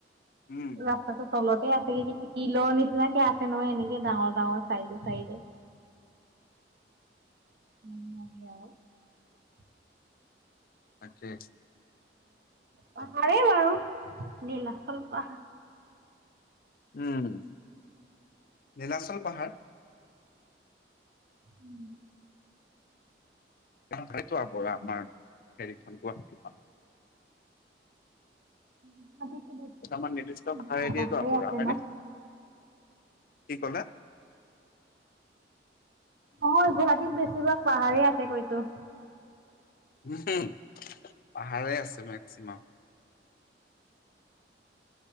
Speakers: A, on the left (about 50°); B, on the right (about 60°).
A: উম
B: ৰাস্তাটো তলতে আছেগে কিন্তু শিলৰ নিচিনাকে আছে নহয় এনেকে ডাঙৰ- ডাঙৰ, চাইডে- চাইডে।
A: <inaudible>
B: <unintelligible>
A: তাকে।
B: পাহাৰেই বাৰু নীলাচল পাহাৰ।
A: উম নীলাচল পাহাৰ।
B: উম,
A: টান পাইছোঁ আমাৰ হেৰিখন গুৱাহাটীখন।
B: গুৱাহাটীতো বেছিভাগ
A: দুটামান নিৰ্দিষ্ট ভাৰ দি
B: পাহাৰে
A: যোৱা পঢ়া
B: আছে
A: হয়নে।
B: ন?
A: কি ক'লে?
B: অ, গুৱাহাটীত বেছিভাগ পাহাৰেই আছে কৈছো।
A: উমহ, পাহাৰে আছে মেক্সিমাম।